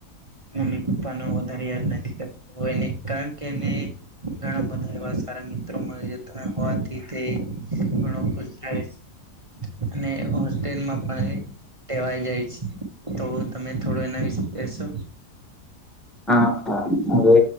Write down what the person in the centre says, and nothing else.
હા હા હવે